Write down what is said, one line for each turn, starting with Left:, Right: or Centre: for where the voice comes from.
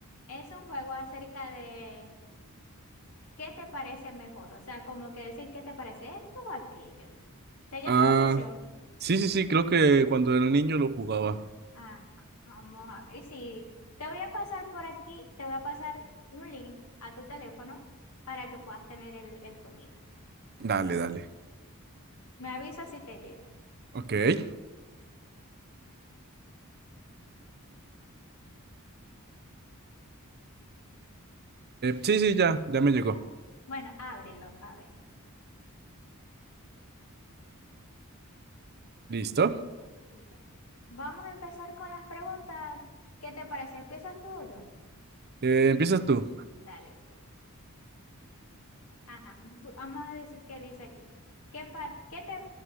Left: Es un juego acerca de qué te parece mejor, o sea, como que decir qué te parece esto o aquello. ¿Te llama
Right: Ah,
Left: la atención?
Right: sí, sí, sí, creo que cuando era niño lo jugaba.
Left: Ajá, vamos a ver. Y si te voy a pasar por aquí, te voy a pasar un link a tu teléfono para que puedas tener el, el jueguito.
Right: Dale, dale.
Left: Me avisas si te llega.
Right: Ok, eh, sí, sí, ya, ya me llegó.
Left: ¿ya? Bueno, ábrelo, a ver.
Right: Listo.
Left: Listo. Vamos a empezar con las preguntas. ¿Qué te parece? ¿Empiezas tú o yo?
Right: Eh, empiezas tú.
Left: Dale, pues. Ajá, bu- vamos a decir qué dice aquí. ¿Qué par- qué te